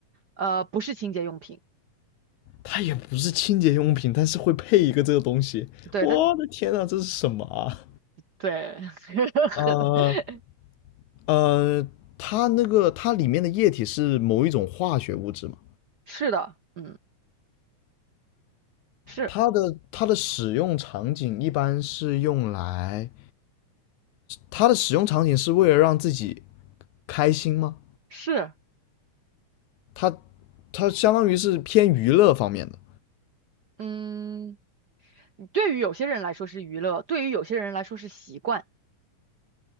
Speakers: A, on the right; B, on the left.
A: 呃，不是清洁用品。
B: 它也不是清洁用品，但是会配一个这个东西。<laughs>
A: 对，
B: 我的天呐，
A: 但
B: 这是什么啊？
A: 对，<laughs> 很，
B: 呃呃，它那个它里面的液体是某一种化学物质嘛？
A: 是的，嗯，是
B: 它的它的使用场景一般是用来，它的使用场景是为了让自己开心吗？
A: 是，
B: 它它相当于是偏娱乐方面的，
A: 嗯，对于有些人来说是娱乐，对于有些人来说是习惯，